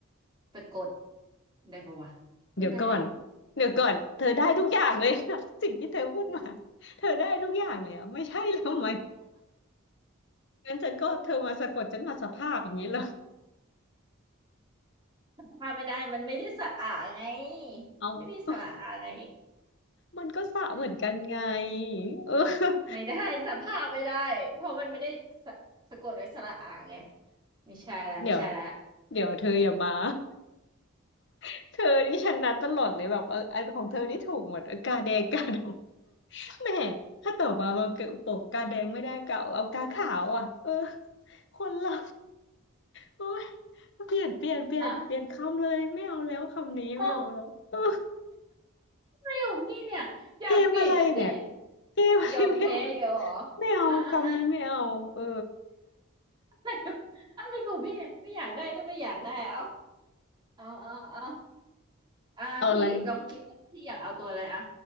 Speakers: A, on the right; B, on the left.
A: ไปกดได้ปะวะเออได้แหละ
B: เดี๋ยวก่อนเดี๋ยวก่อนเธอได้ทุกอย่างเลย <laughs> สิ่งที่เธอพูดมาเธอได้ทุกอย่างเลยอ่ะไม่ใช่แล้วไหมงั้นฉันก็เธอมาสะกดฉันมาสภาพอย่างนี้เหรอ
A: สภาไม่ได้มันไม่ได้สระอะไง
B: เอา
A: ไม่ได้สระอะไง
B: มันก็สระเหมือนกันไง
A: อืม
B: เออ <laughs>
A: ไม่ได้สภาพไม่ได้เพราะมันไม่ได้สะสะกดด้วยสระอะไงไม่ใช่แล้วไม่ใช่แล้ว
B: เดี๋ยวเดี๋ยวเธออย่ามา <laughs> เธอนี่ชนะตลอดเลยแบบเอออันของเธอนี่ถูกหมดเออกาแดงกาดำ <laughs> แหมถ้าต่อมามาเกิดปกกาแดงไม่ได้ก็เอาเอากาขาวอ่ะเออคนละโอ้ยเปลี่ยนเปลี่ยนเปลี่ยนเปลี่ยนคำเลยไม่เอาแล้วคำนี้ไม่เอาแล้ว
A: อ่ะ โอ้
B: <laughs> เออ
A: อะไรของพี่เนี่ยอยากเปลี่ยนก็เปลี่ยน
B: เกมอะไรเนี่ยเกมอะไรไม่เอา
A: ยอมแพ้อีกแล้วเหรอ
B: ไม่เอาคำนี้ไม่เอาเออ
A: อ่าอ่าอ่าอะไรอะไรของพี่เนี่ยไม่อยากได้ก็ไม่อยากได้เอาเอาเอาเอาอ่าพี่ลองคิดพี่อยากเอาตัวอะไรอ่ะ
B: เอาอะไร